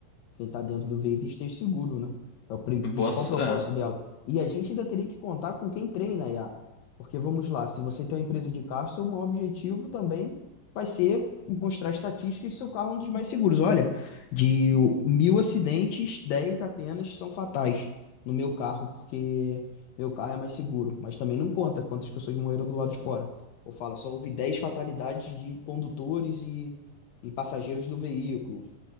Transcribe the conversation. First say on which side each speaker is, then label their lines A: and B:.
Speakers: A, on the left; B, on the left.
A: Quem está dentro do veículo esteja seguro, né? É o pri- principal
B: Boa. so-
A: propósito
B: É,
A: dela. E a gente ainda teria que contar com quem treina a IA. Porque vamos lá, se você tem uma empresa de carro, seu maior objetivo também vai ser mostrar estatísticas que seu carro é um dos mais seguros. Olha, de o- mil acidentes, 10 apenas são fatais no meu carro, porque meu carro é mais seguro. Mas também não conta quantas pessoas morreram do lado de fora. Ou fala, só houve 10 fatalidades de condutores e, e passageiros do veículo.